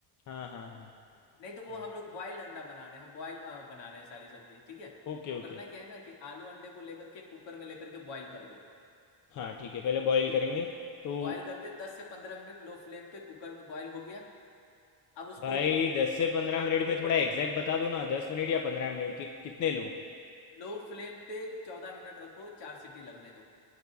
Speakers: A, on the left (about 40°); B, on the left (about 60°).
A: हाँ हाँ हाँ
B: नहीं तो वो
A: अच्छा
B: हम लोग बॉइल्ड अंडा बना रहे हैं बॉयल बना रहे हैं सारी सब्जी ठीक है
A: ओके
B: तो
A: ओके
B: करना क्या है ना कि आलू अंडे को लेकर के कुकर में लेकर के बॉईल कर दो
A: हाँ ठीक है पहले बॉईल
B: ठीक
A: करेंगे
B: है
A: तो
B: बॉईल कर दे दस से पंद्रह मिनट लो फ्लेम पे कुकर में बॉईल हो गया अब उसको
A: भाई दस से पंद्रह
B: उतार दो
A: मिनट में थोड़ा एग्जैक्ट बता दो ना दस मिनट या पंद्रह मिनट कि, कितने लूँ
B: लो फ्लेम पे चौदह मिनट रखो चार सीटी लगने दो